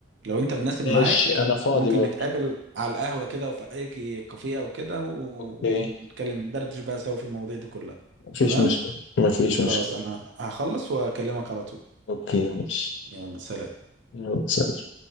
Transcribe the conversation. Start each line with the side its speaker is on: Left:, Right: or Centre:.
Right: لو انت مناسب
Left: ماشي
Right: معاك
Left: انا فاضي
Right: ممكن
Left: برضه
Right: نتقابل على القهوة كده وفي اي كي- كافيه او كده و-
Left: اوكي
Right: ونتكلم ندردش بقى سوا في المواضيع دي كلها
Left: مفيش
Right: تمام
Left: مشكله مفيش
Right: خلاص
Left: مشكله
Right: انا هخلص واكلمك على طول
Left: اوكي ماشي
Right: يلا سلام
Left: يلا سلام